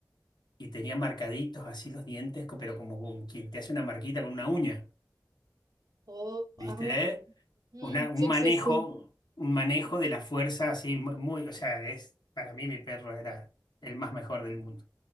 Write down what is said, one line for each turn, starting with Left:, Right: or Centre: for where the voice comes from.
Left: y tenía marcaditos así los dientes, co- pero como quien te hace una marquita con una uña,
Right: Oh,
Left: ¿viste?
Right: ah, mm,
Left: una- un
Right: sí,
Left: manejo,
Right: sí, sí.
Left: un manejo de la fuerza así mu- muy, o sea, es, para mí mi perro era el más mejor del mundo.